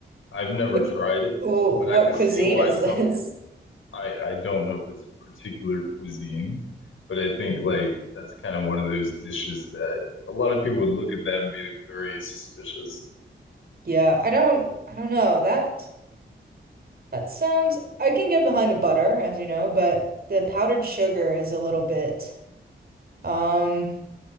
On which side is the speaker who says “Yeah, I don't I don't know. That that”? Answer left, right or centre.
Right